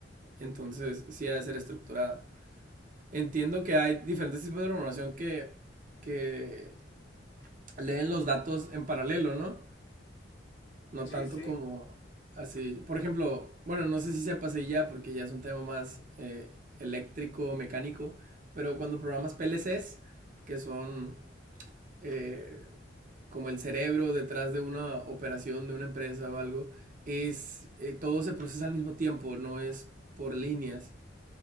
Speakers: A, on the right (about 45°); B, on the left (about 85°).
A: Entonces, sí ha de ser estructurada. entiendo que hay diferentes tipos de programación que, que leen los datos en paralelo, ¿no? No
B: <laughs> Sí,
A: tanto
B: sí,
A: como así. Por ejemplo, bueno, no sé si se pase ya porque ya es un tema más eh, eléctrico, mecánico, pero cuando programas PLCs, que son eh, como el cerebro detrás de una operación de una empresa o algo, es eh, todo se procesa al mismo tiempo, no es por líneas.